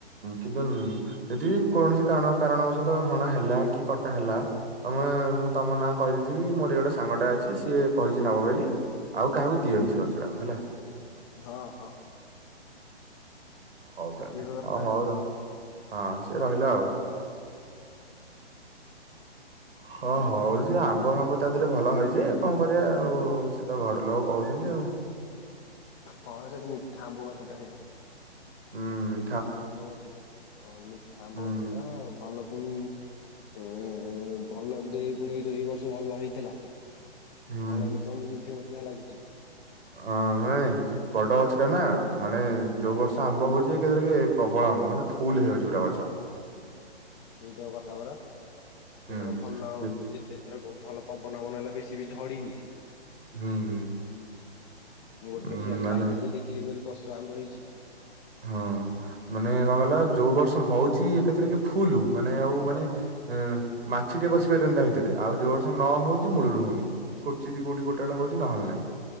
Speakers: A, on the right; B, on the left.
A: କିନ୍ତୁ ଯଦି ବିକୌଣସି କାରଣ କାରଣବଶତ ହଣା ହେଲା କି କଟା ହେଲା ତମେ ମୁଁ ତମ ନା କହିଦେଇଥିବ କି ମୋର ଗୋଟେ ସାଙ୍ଗଟା ଅଛି ସିଏ କହିଛି ନବ ବୋଲି ଆଉ କାହାକୁ ଦିଅନି ସେ ଗଛ ଟାକୁ ହେଲା।
B: ହଁ ହଁ।
A: ହଉ
B: ସେତିକି
A: ତାହେଲେ
B: ତ ଦରକାର
A: ହଁ ହଉ
B: ଆଉ।
A: ର ହଁ ସେ ରହିଲା ଆଉ। ହଁ
B: ଆଉ
A: ହଉଛି ଆମ୍ବ ଫାମ୍ବ ତା ଦେହରେ ଭଲ ହେଇଯିବ ଆଉ କଣ କରିବା ଆଉ ସିଏ ତ ଘର ଲୋକ କହୁଛନ୍ତି ଆଉ
B: ହଁ ସେଇଟା ମିଠା ଆମ୍ବ ଗଛଟା ହେଇଟା।
A: ହୁଁ।
B: ମିଠା ଆମ୍ବ ଗଛଟା ଆ -ମିଠା ଆମ୍ବ
A: ହୁଁ
B: ଗଛ ଟା ଭଲ ପୁଣି ଏ ଭଲ ଦେଇ ପୁଣି ଏଇ ଯଉ ବର୍ଷ ଭଲ ହେଇଥିଲା।
A: ହୁଁ
B: ଭଲ ଇନକମ୍ ହେଇଥିବମତେ ଯାହା ଲାଗୁଛି।
A: ହଁ--ଭାଇ ବଡ ଗଛ ଟା ନା ମାନେ ଯୋଉ ବର୍ଷ ଆମ୍ବ ହଉଛି ଏକରେ କି ପ୍ରବଳ ଆମ୍ବ ମାନେ ଫୁଲୁ ହେଇଯାଉଛି ପୁରା ଗଛ। <inaudible>
B: ସେଇଟା କଥାବରା
A: ହୁଁ
B: ଏଇଟର ଭଲ ଆଉ
A: ଯେ-
B: ଯେତେ ଏଥର ବହୁତ୍ ଭଲ ପବନ ଫବନ ହେଲା ବେଶୀ ବି ଝଡିନି।
A: ହୁଁ ହୁଁ
B: ମୁଁ ଗୋଟେ
A: ଉଁ,
B: ଥର ସିଆଡେ
A: ମାନେ
B: ଯାଇଥିଲି ଯେ ଦେଖିଲି ମୁଁ କହିଲି କଷ ଆମ୍ବ ହେଇଛି।
A: ହଁ ମାନେ କଣ କଲା ଯୋଉ ବର୍ଷ ହଉଛି ଏକଥରେ କି ଫୁଲୁ ମାନେ ଆଉ ମାନେ ଉଁ ମାଛି ଟେ ପଶି ପାରନ୍ତା ଭିତରେ ଆଉ ଯୋଉ ବର୍ଷ ନ ହଉଛି ମୂଳରୁ ହଉନି। କୋଚିତ୍ କୋଉଠି ଗୋଟା ଗୋଟା ହୋଉଛି ନହେଲେ ନାଇଁ।